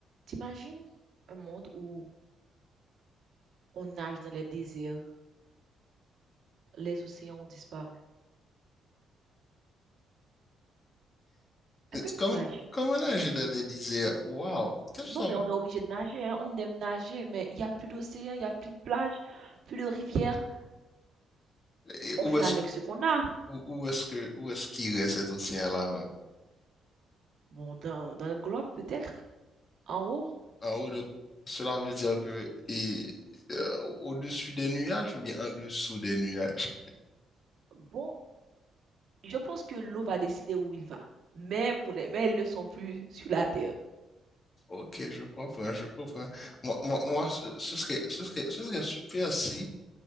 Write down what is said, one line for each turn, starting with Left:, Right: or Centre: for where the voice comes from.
Right: T'imagines un monde où on nage dans les déserts, les océans ont disparu. Est-ce
Left: It's
Right: que
Left: Comme
Right: t'imagines?
Left: como era a Gina lhe qu'est-ce que
Right: Non,
Left: sabe?
Right: mais on est obligé de nager, hein. On aime nager, mais il n'y a plus d'océan, il n'y a plus de plage, plus de rivière.
Left: Et
Right: On
Left: où
Right: fait
Left: est-ce
Right: avec ce qu'on a.
Left: où, où est-ce que où est-ce qu'il reste cet océan-là même?
Right: Bon, dans, dans le globe peut-être, en haut.
Left: En haut de- cela veut dire que et, euh, au-dessus des nuages ou bien en dessous des nuages?
Right: Bon, je pense que l'eau va décider où il va. Mais pour les mais ils ne sont plus sur la terre.
Left: Ok, je comprends, je comprends. Moi, moi, moi, ce ce serait, ce serait, ce serait super si